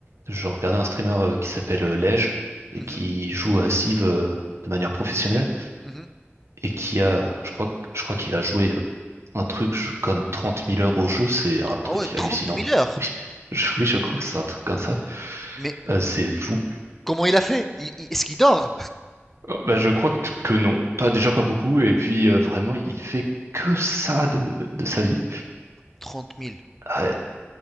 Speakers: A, on the right (about 75°); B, in the centre.
A: je regardais un streamer euh, qui s'appelle euh, Lej et
B: mhm,
A: qui joue à Civ euh, de manière professionnelle
B: mhm.
A: et qui a, je crois, je crois qu'il a joué euh, un truc je- comme trente mille heures au jeu, c'est un truc
B: Ah ouais, trente
A: hallucinant.
B: mille
A: <laughs>
B: heures.
A: Oui, je, oui, je crois que c'est un truc comme ça.
B: Mais
A: Euh, c'est fou.
B: comment il a fait? Il- il- est-ce qu'il dort?
A: Oh, bah, je crois que, que non, pas déjà pas beaucoup, et puis euh, vraiment il fait que ça de, de sa vie.
B: 30 000.
A: Ouais.